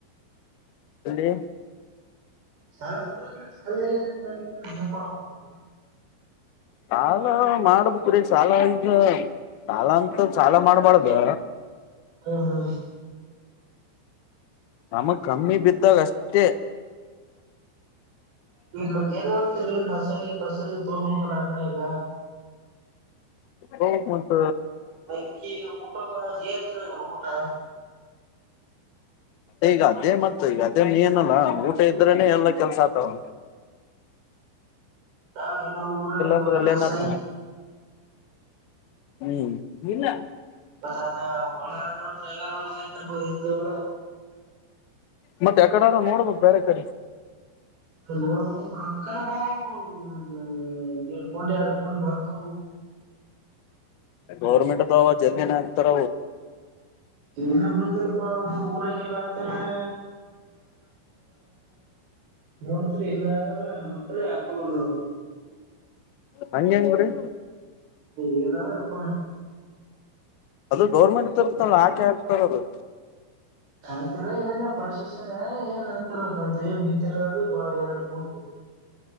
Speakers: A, on the left; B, on the right.
A: ಎಲ್ಲೆ
B: ಸಾರ ಡ ಸ <unintelligible> ನೀನ್ ಏನ್ ಮಾಡ್ಬೇಕ್ ಅನ್ಕಂದಿ
A: ಸಾಲ ಮಾಡ್ಬಕ್್ರೀ ಸಾಲ ಈಗ ಸಾಲ ಅಂತ ಸಾಲ ಮಾಡ್ಬಾರ್ದ
B: ಹಾ ಹಾ
A: ನಮಗ್ ಕಮ್ಮಿ ಬಿದ್ದಾಗ ಅಷ್ಟೇ
B: ನೀ ಮದ್ ಏನ್ ಮಾಡೋಡ್ತರಿೀ ಮಸಾಲೆ ಪಸಲಿ ತಗಬಬೇಕಲ್ಲ ಅಡಗ
A: ಹ ಮತ್ತ
B: ಬೈಕಿ ಊಟಕ್ಕಮ ಸೇಏರ್ತನ ಊಟ
A: ಈಗ ಅದೇ ಮತ್ತ ಈಗ ಅದೇ ಏನಲ್ಲ ಊಟ ಇದ್ರೇನೆ ಎಲ್ಲ ಕೆಲಸ ತಾವು
B: ಹಾ ಹಲೋ ಊರಾಗ ಬೋಲಣ
A: ಅಂದ್ರ ಅಲ್ಲಿ ಏನ್
B: ಸ
A: ಆತವ ಹ್ಮ್ ಇನ್ನ
B: ಪದ ಲ ನೋಡ ್ರೈ <unintelligible> ವ ಒ ನಲ
A: ಮತ್ತೆ ಯಕಡೆರ ನೋಡ್ಬಕ್ ಬೇರೆ ಕಡೆ
B: ಅ ನೋಡ್ಬೇಕ ರೊಕ್ಕನ ಬರ ಒಂದು ಎರಡು ಕೋಟಿ ಎರಡು ಕೋಟಿ ಬರದು
A: ಗೌರ್ಮೆಟ್ ತ ಅವ ಜಲ್ ನತರ
B: ಏನ ಬಂದಲ್ಪಾ ಊರಾಗಲ್ಲಾ ಅಂತಾರ ಬ <unintelligible> ಅ <unintelligible> ಇನ್ನಾದಾರ ರೊಪನ ಹಾಕಳ್ರಿ ಅವರು
A: ಹಂಗೆ ಹೆಂಗ್ರೀ
B: ಏನರಪ
A: ಅದು ಗೌರ್ಮೆಂಟ್ ತರ್ತಳ ಆಾಕೆ ಹಾಕ್ತಾರದು
B: ಆಗ್ತರ ಏನ್ ಪ್ರಶಸ್ ಏನ್ ಆಗ್ತಾರ ಕಾಣ್ತ ಏನ್ ಬಿದ್ದಿರ ಅಂದ್ರೆ ಬಾಳ ಎರಡು ಬತ <unintelligible>